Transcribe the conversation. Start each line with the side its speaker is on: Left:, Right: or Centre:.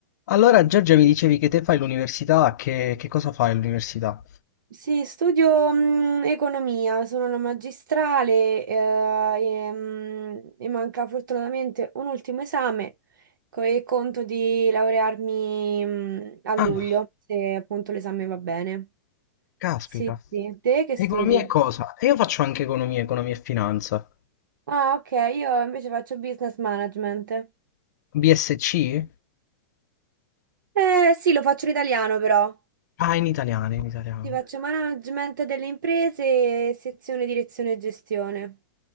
Left: Allora, Giorgia, mi dicevi che te fai l'università, che, che cosa fai all'università?
Right: Sì, studio mm, economia, sono una magistrale eh, e, mm, mi manca fortunatamente un ultimo esame co- e conto di laurearmi mm, a luglio,
Left: Ah,
Right: se appunto l'esame va bene.
Left: caspita.
Right: Sì, sì. Te che
Left: Economia
Right: studi?
Left: e cosa? E io faccio anche economia, economia e finanza.
Right: Ah, ok, io invece faccio business management.
Left: BSc?
Right: Eh sì, lo faccio in italiano però.
Left: Ah, in italiano, in italiano.
Right: Ti faccio management delle imprese, sezione direzione e gestione.